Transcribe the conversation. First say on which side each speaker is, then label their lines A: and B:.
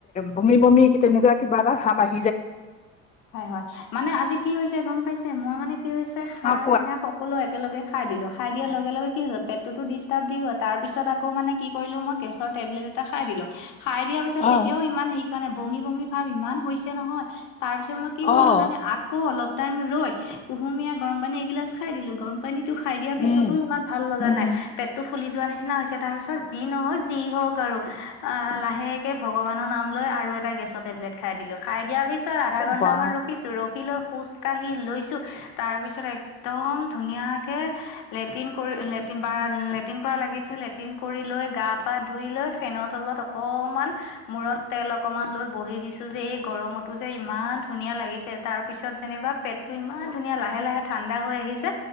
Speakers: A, on the left; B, on the left.
A: বমি বমি তেনেুৱা কিবা এটা ভাৱ আহছে
B: হয় হয় মানে আজি কি হৈছে গম পাইছে মই মানে। কি হৈছে সাৰ
A: অ',
B: টেঙা সকলো একেলগে খাই দিলো খাই দিয়াৰ লগে লগে কি হৈ পেটটোতো ডিষ্টাৰ্ব দিওঁ তাৰ পিছত আকৌ মানে কি কৰিলো মই গেছৰ টেবলেট এটা খাই দিলো খাই দিয়াৰ পিছত
A: অ',
B: তেতিয়াও ইমান হেৰি কৰা নাই বমি বমি ভাৱ ইমান হৈছে নহয়। তাৰপিছত মই কি
A: অ',
B: কৰিলো জানে আকৌ অলপ। টাইম ৰৈ কুহুমীয়া গৰম পানী এগিলাছ খাই দিলো গৰম পানী টো খাই দিয়া পিছতো
A: উম,
B: ইমান ভাল লগা
A: উম,
B: নাই
A: উম,
B: পেটটো ফুলি যোৱা নিচিনা হৈছে তাৰ পিছত যি নহওক যি হওক আৰু আহ লাহেকে ভগৱানৰ নাম লৈ। আৰু এটা গেছৰ টেবলেট খাই দিলোঁ খাই দিয়াৰ পিছত আধা ঘণ্টামান
A: বা
B: ৰখিছোঁ ৰখিলোঁ খোজ কাঢ়ি লৈছো তাৰ পিছত একদম ধুনীয়াকে লেট্ৰিন কৰি লেটিন বা লেট্ৰিন কৰা লাগিছে লেট্ৰিন কৰি লৈ গা পা ধুই লৈ ফেনৰ তলত অকণমান মূৰত তেল অকমান লৈ বহি দিছো যে এই গৰমতো যে ইমান ধুনীয়া লাগিছে তাৰ পিছত যেনিবা পেটতো ইমান ধুনীয়া লাহে লাহে ঠাণ্ডা হৈ আহ। আহিছে